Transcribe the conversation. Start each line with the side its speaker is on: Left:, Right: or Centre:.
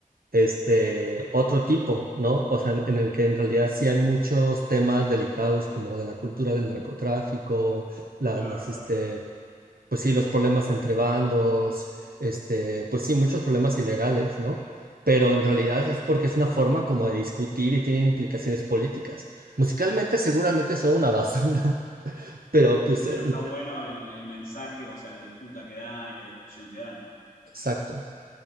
Right: este, otro tipo, ¿no? O sea, en, en el que en realidad sí hay muchos temas delicados como de la cultura del narcotráfico, la-
Left: Claro,
Right: las,
Left: claro,
Right: este, pues sí, los problemas entre bandos, este, pues sí, muchos problemas ilegales, ¿no? Pero en realidad
Left: claro.
Right: es porque es una forma como de discutir y tienen implicaciones políticas. Musicalmente seguramente son una basura, <laughs> pero pues
Left: Pero
Right: eh, en-
Left: está bueno el, el mensaje, o sea, la disputa que dan y la discusión que dan.
Right: exacto.